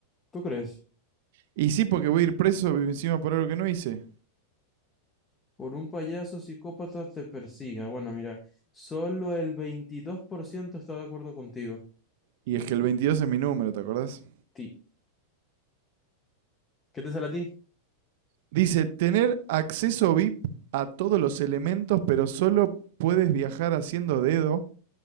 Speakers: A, on the left (about 20°); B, on the right (about 65°).
A: ¿Tú crees?
B: Y sí, porque voy a ir preso encima por algo que no hice.
A: Por un payaso psicópata te persiga. Bueno, mira, solo el 22% está de acuerdo contigo.
B: Y es que el 22 es mi número, ¿te acordás?
A: Ti. ¿Qué te sale a ti?
B: Dice, tener acceso VIP a todos los elementos, pero solo puedes viajar haciendo dedo.